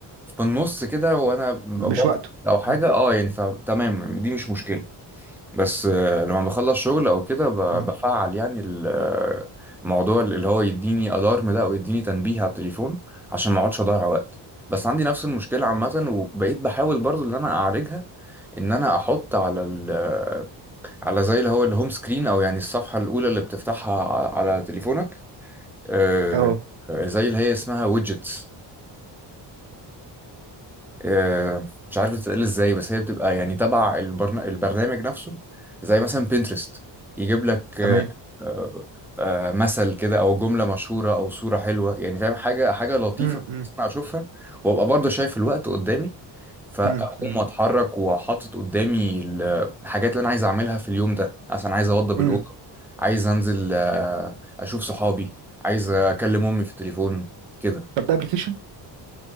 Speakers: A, in the centre; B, on the right (about 80°).
A: في النص كده وانا ببطل
B: مش وقته
A: او حاجه
B: امم
A: اه يعني فتمام دي مش مشكله بس آه، لما بخلص شغل او كده ب-
B: امم
A: بفعل يعني ال- آه، الموضوع اللي هو يديني الارم ده او يديني تنبيه على التليفون عشان ما اقعدش اضيع وقت بس عندي نفس المشكله عامه وبقيت بحاول برضو ان انا اعالجها ان انا احط على ال آه، على زي اللي هو الهوم سكرين او يعني الصفحه الاولى اللي بتفتحها ع- على تليفونك آه،
B: اه
A: آه، زي اللي هي اسمها ويدجتس آه، مش عارف بتتقال ازاي بس هي بتبقى يعني تبع البرن... البرنامج نفسه زي مثلا بنترست يجيب لك آه،
B: تمام
A: آه، آه، مثل كده او جملة مشهورة او صورة حلوة يعني فاهم حاجة حاجة لطيفة
B: امم امم
A: انا اشوفها وابقى برضه شايف الوقت قدامي فاقوم
B: امم امم
A: اتحرك وحاطط قدامي ال- الحاجات اللي انا عايز اعملها في اليوم ده مثلا عايز اوضب
B: أمم.
A: الاوضه عايز انزل آه، اشوف صحابي عايز اكلم امي في التليفون كده
B: طب ده ابلكيشن